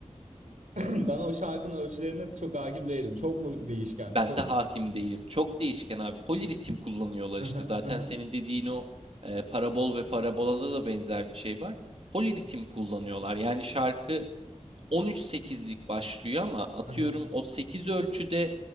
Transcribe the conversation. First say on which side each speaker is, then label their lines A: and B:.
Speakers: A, on the right; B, on the right.
A: <clears throat> <laughs> Bana o şarkının ölçülerine çok hakim değilim. Çok mu değişken?
B: Ben
A: Çok
B: de
A: mu...
B: hakim değilim. Çok değişken abi. Poliritim kullanıyorlar işte.
A: Aha,
B: Zaten
A: aha,
B: senin dediğin o e, parabol ve parabolada da benzer bir şey var. Poliritim kullanıyorlar. Yani şarkı 13-8'lik başlıyor ama atıyorum
A: aha.
B: o 8 ölçüde